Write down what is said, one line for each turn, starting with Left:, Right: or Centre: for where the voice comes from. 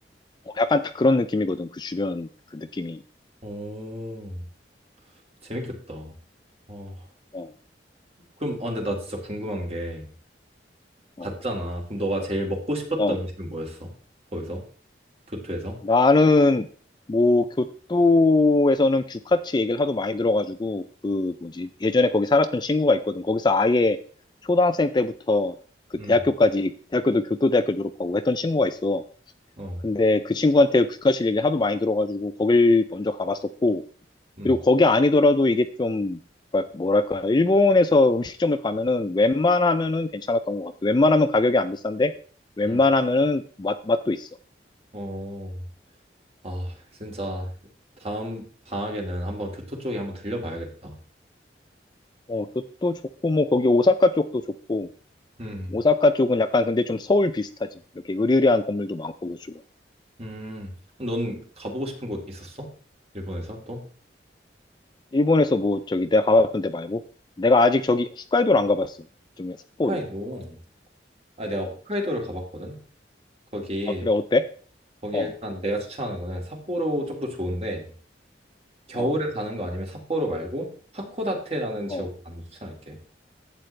Left: 어, 약간 딱 그런 느낌이거든. 그 주변 그 느낌이.
Right: 오. 재밌겠다. 어.
Left: 어,
Right: 그럼, 아, 근데 나 진짜 궁금한 게,
Left: 어,
Right: 갔잖아. 그럼 너가 제일 먹고 싶었던
Left: 어.
Right: 음식은 뭐였어? 거기서? 교토에서?
Left: 나는 뭐 교토에서는 규카츠 얘기를 하도 많이 들어가지고 그 뭐지 예전에 거기 살았던 친구가 있거든. 거기서 아예 초등학생 때부터 그
Right: 음.
Left: 대학교까지 대학교도 교토대학교 졸업하고 했던 친구가 있어.
Right: 어,
Left: 근데 그 친구한테 규카츠 얘기를 하도 많이 들어가지고 거길 먼저 가봤었고
Right: 음.
Left: 그리고 거기 아니더라도 이게 좀 뭐랄- 뭐랄까 일본에서 음식점을 가면은 웬만하면은 괜찮았던 것 같아. 웬만하면 가격이 안 비싼데 웬만하면은
Right: 음.
Left: 맛 맛도 있어.
Right: 어, 아, 진짜, 다음 방학에는 한번 교토 쪽에 한번 들려봐야겠다.
Left: 어, 교토 좋고, 뭐, 거기 오사카 쪽도 좋고,
Right: 음.
Left: 오사카 쪽은 약간 근데 좀 서울 비슷하지. 이렇게 으리으리한 건물도 많고, 그쪽은.
Right: 음. 넌 가보고 싶은 곳 있었어? 일본에서 또?
Left: 일본에서 뭐, 저기 내가 가봤던 데 말고, 내가 아직 저기 홋카이도를 안 가봤어. 좀 삿포로.
Right: 홋카이도. 아, 내가
Left: 어.
Right: 홋카이도를 가봤거든? 거기,
Left: 아, 그래, 어때?
Right: 거기
Left: 어,
Right: 일단 내가 추천하는 거는 삿포로 쪽도 좋은데, 겨울에
Left: 어,
Right: 가는 거 아니면 삿포로 말고 하코다테라는 지역을
Left: 어.
Right: 가는 거 추천할게.